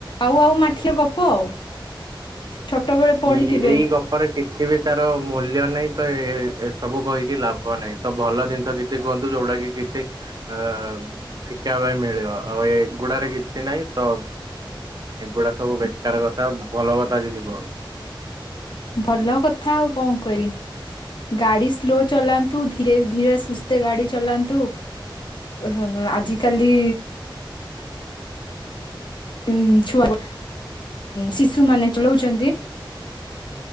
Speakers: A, on the left; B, on the right.
A: ଆଉ ଆଉ ମାଠିଆ ଗପ ଆଉ। ଛୋଟବେଳେ ପଢିଥିବେ
B: ଏଇ ଏଇ କ। ପରେ କିଛି ବି ତାର ମୂଲ୍ୟ ନାହିଁ ତ ଏ ଏ ଏସବୁ କହିକି ଲାଭ ନାହିଁ ତ ଭଲ ଜିନିଷ କିଛି। କିଛି କୁହନ୍ତୁ ଯୋଉଟା କିଛି ଅ। ଶିଖିବା ପାଇଁ ମିଳିବ ଆଉ ଏଗୁଡାରେ କିଛି ନାହିଁ ତ। ଏଗୁଡା ସବୁ ବେକାର କଥା ଭଲ କଥା କିଛି କୁହନ୍ତି।
A: ଭଲ କଥା ଆଉ କଣ କହିବି। ଗାଡ଼ି ସ୍ଲୋ ଚଲାନ୍ତୁ ଧୀରେ ଧୀରେ ସୁସ୍ଥେ ଗାଡ଼ି ଚଲାନ୍ତୁ। ହ ହ ଆଜିକାଲି। ହଁ ଛୁଆ ଗୋଟେ ଶିଶୁ ମାନେ ଚଳଉଛନ୍ତି। ରେ